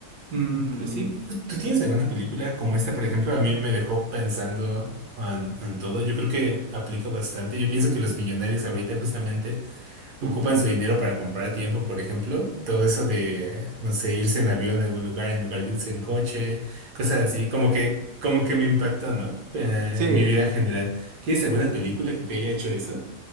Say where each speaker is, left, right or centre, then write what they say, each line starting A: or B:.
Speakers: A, on the right (about 80°); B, on the right (about 70°).
A: Mm,
B: Ujú,
A: pero sí, ju- ¿tú tienes alguna película como esta, por ejemplo? A mí me dejó pensando en, en todo. Yo creo que aplica bastante. Yo pienso que los millonarios ahorita justamente ocupan
B: ujú.
A: su dinero para comprar tiempo, por ejemplo. Todo eso de, no sé, irse en avión a algún lugar en lugar de irse en coche, cosas así, como que, como que me impactó, ¿no? Eh,
B: Sí,
A: en mi vida en general. ¿Tienes alguna película que te haya hecho eso?